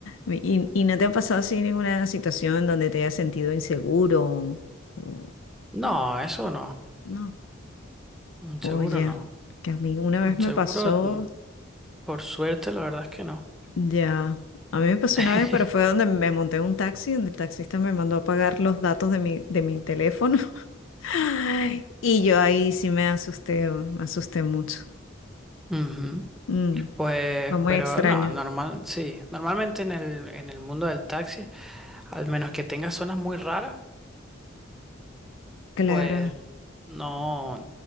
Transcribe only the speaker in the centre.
No, eso no.
Mm, Seguro
no.
Mm,
Seguro,
mm, por suerte, la verdad es que no.
<laughs>
Ujú.
Pues,
pero
no, normal, sí. Normalmente en el, en el mundo del taxi, al menos que tengas zonas muy raras,
pues no,